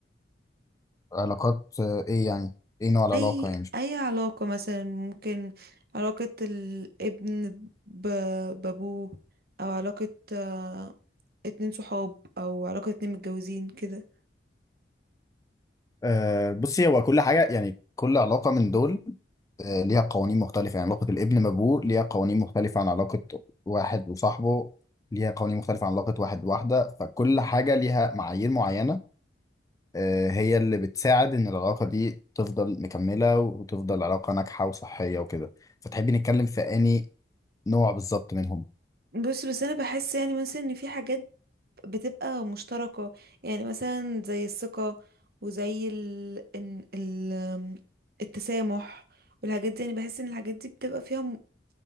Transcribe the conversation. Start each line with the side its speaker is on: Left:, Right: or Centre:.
Left: علاقات آه، ايه يعني ايه نوع العلاقة
Right: اي
Left: يعني
Right: اي علاقه مثلا ممكن علاقه الابن ب- بابوه او علاقه آه، اتنين صحاب او علاقه اتنين متجوزين كده
Left: آه بصي هو كل حاجه يعني كل علاقه من دول مم. آه ليها قوانين مختلفه يعني علاقه الابن بابوه ليها قوانين مختلفه عن علاقه واحد وصاحبه ليها قوانين مختلفه عن علاقه واحد بواحده فكل حاجه ليها معايير معينه آه هي اللي بتساعد ان العلاقه دي تفضل مكمله وتفضل علاقه ناجحه وصحيه وكده فتحبي نتكلم في اني نوع بالظبط منهم
Right: بص بس انا بحس يعني مثلا ان في حاجات بتبقى مشتركة يعني مثلا زي الثقة وزي ال... إن- ال... أم، التسامح والحاجات دي يعني بحس ان الحاجات دي بتبقى فيها م...